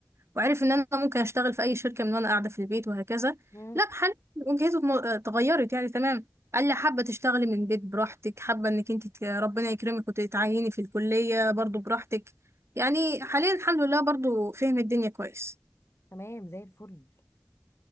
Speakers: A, on the right; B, on the left.
A: وعرف ان انا ممكن اشتغل في اي شركة من وانا قاعدة في البيت وهكذا
B: مم.
A: لا حاليا وجهته اتم- اتغيرت يعني تمام قال لي حابة تشتغلي من البيت براحتك حابة انك انت ت- ربنا يكرمك وتتعيني في الكلية برضو براحتك يعني حاليا الحمد لله برضو فهم الدنيا كويس
B: تمام زي الفل